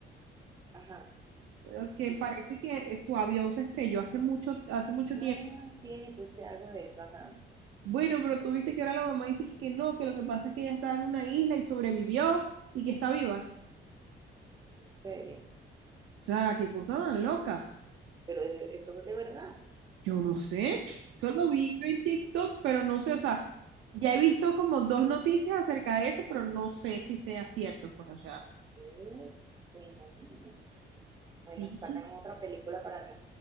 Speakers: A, on the right; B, on the right.
A: Ajá,
B: eh, que
A: sí.
B: parece que su avión se estrelló hace mucho, hace mucho
A: Ah,
B: tiempo.
A: sí, escuché algo de eso, ajá.
B: Bueno, pero tú viste que ahora la mamá dice que, que no, que lo que pasa es que ella estaba en una isla y sobrevivió y que está viva.
A: En serio.
B: O sea, qué cosa tan loca.
A: Pero es- eso es de verdad.
B: Yo no sé. Solo vi yo en TikTok, pero no sé. O sea, ya he visto como dos noticias acerca de eso, pero no sé si sea cierto. Pues, o sea,
A: Sí, Te imaginas.
B: sí.
A: Bueno, sacan otra película para